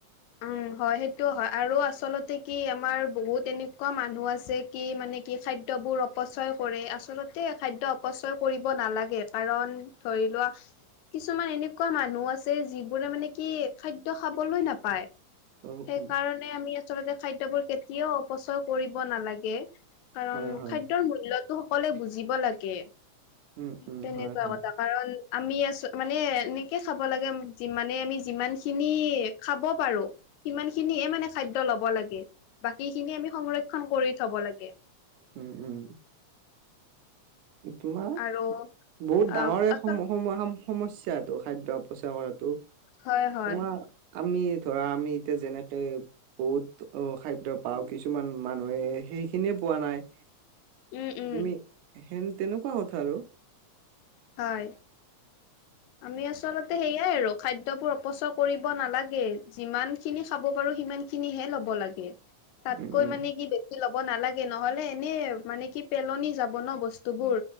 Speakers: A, on the left; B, on the right.
A: উম হয় সেইটোও হয় আৰু আচলতে কি কি আমাৰ বহুত এনেকুৱা মানুহ আছে কি মানে কি খাদ্য খাদ্যয়বোৰ অপচয় কৰে আচলতে খাদ্য অপচয় কৰিব নালাগে কাৰণ ধৰি লোৱা কিছুমান এনেকুৱা মানুহ মানুহ আছে যিবোৰে মানে কি খাদ্য খাবলৈ নাপায়
B: অ
A: সেইকাৰণে
B: উম
A: আমি আচলতে খাদ্যবোৰ কেতিয়াও অপচয় কৰিব নালাগে কাৰণ
B: হয় হয়
A: খাদ্যৰ মূল্য টো সকলোৱে বুজিব লাগে
B: উম উম
A: তেনেকুৱা
B: হয় হয়
A: কথা কাৰণ আমি আছো মানে খাব লাগে মানে আমি যিমান খিনি খাব পাৰো সিমান খিনি মানে খাদ্য লব লাগে বাকী খিনি আমি সংৰক্ষণ কৰি থব লাগে
B: উম উম তোমাৰ
A: আৰু
B: বহুত ডাঙৰে
A: আহ আচল
B: সম সমা সমস্যা এইটো খাদ্য অপচয় কৰাটো
A: হয় হয়
B: তোমাৰ আমি ধৰা আমি এতিয়া যেনেকে বহুত অ খাদ্য পাওঁ কিছুমান মানুহে সেইখিনিয়ে পোৱা নাই
A: উম উম
B: তুমি হেন তেনেকুৱা কথা আৰু
A: হয় আমি আচলতে সেইয়াই আৰু খাদ্যবোৰ অপচয় কৰিব নালাগে যিমান খিনি খাব পাৰো সিমান খিনিহে ল'ব লাগে তাতকৈ
B: উম উম
A: মানে কি বেছি ল'ব নালাগে নহলে এনে মানে কি পেলনি যাব বন বস্তুবোৰ